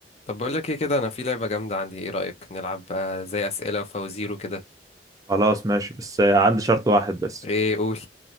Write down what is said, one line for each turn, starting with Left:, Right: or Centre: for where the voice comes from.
Left: طب بقول لك ايه كده انا في لعبة جامدة عندي ايه رأيك نلعب بقى زي أسئلة وفوازير وكده
Right: خلاص ماشي بس عندي شرط واحد بس
Left: ايه قول